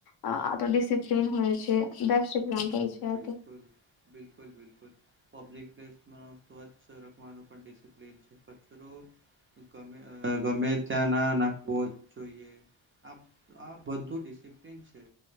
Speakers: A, on the left; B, on the right.
A: અ આતો ડિસિપ્લન હોય છે. બેસ્ટ એક્ઝામપલ છે. આ
B: બિલકુલ,
A: તો
B: બિલકુલ-બિલકુલ પબ્લિક પ્લેસમાં સ્વચ્છ રાખવાનું પણ ડિસિપ્લિન છે. કચરો ગમે, ગમે ત્યાં ના નાખવો જોઈએ આ આ બધું ડિસિપ્લન છે.